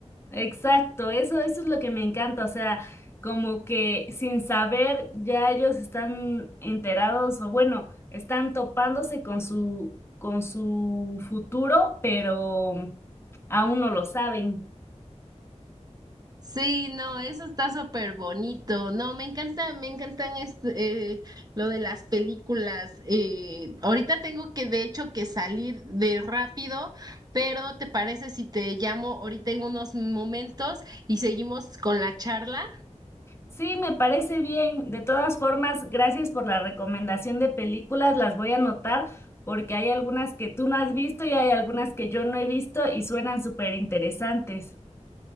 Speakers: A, on the left; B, on the right.
A: Exacto, eso, eso es lo que me encanta, o sea, como que sin saber ya ellos están enterados o bueno, están topándose con su, con su futuro, pero aún no lo saben.
B: Sí, no, eso está súper bonito. No, me encanta, me encantan este, eh, lo de las películas. Eh, ahorita tengo que, de hecho, que salir de rápido, pero ¿te parece si te llamo ahorita en unos momentos y seguimos con la charla?
A: Sí, me parece bien. De todas formas, gracias por la recomendación de películas. Las voy a anotar porque hay algunas que tú no has visto y hay algunas que yo no he visto y suenan súper interesantes.